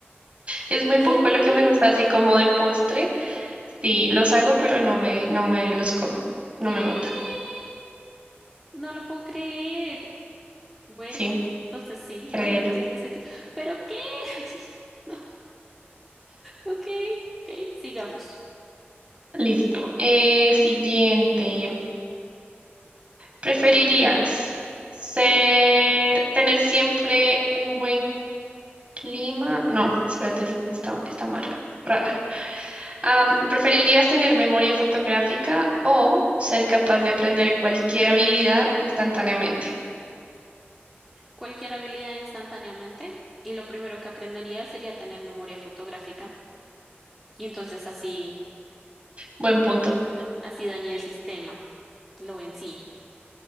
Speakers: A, on the right; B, in the centre.
A: Es muy
B: ¿Qué?
A: poco lo que me gusta, así como de postre. Sí, los hago, pero no me, no me los como. No
B: ¿Qué?
A: me matan.
B: No lo puedo creer. Bueno,
A: Sí,
B: entonces sí,
A: créelo.
B: bueno, tiene sentido. ¿Pero qué? <laughs> No, ok, ok, sigamos.
A: Listo. Eh, siguiente. ¿Preferirías ser, tener siempre un buen clima? No, espérate, esa no está, está más ra- rara. Am, ¿preferirías tener memoria fotográfica o ser capaz de aprender cualquier habilidad instantáneamente?
B: Cualquier habilidad instantáneamente y lo primero que aprendería sería tener memoria fotográfica y entonces así,
A: Buen punto.
B: así dañé el sistema. Lo vencí.